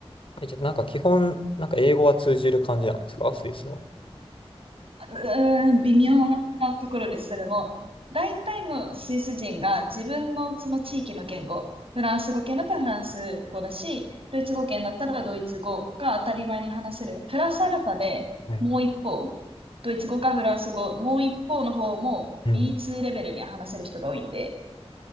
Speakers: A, on the left (about 55°); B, on the right (about 60°).
A: え、じゃあなんか基本、なんか英語は通じる感じなんですかスイスは。
B: うーん、微妙なところです、それも。大体のスイス人が自分のその地域の言語、フランス語圏だったらフランス語だし、ドイツ語圏だったらドイツ語が当たり前に話せる。プラスアルファでもう一方、
A: ね
B: ドイツ語かフランス語、もう一方の方も
A: うん
B: B2 レベルには話せる人が多いんで、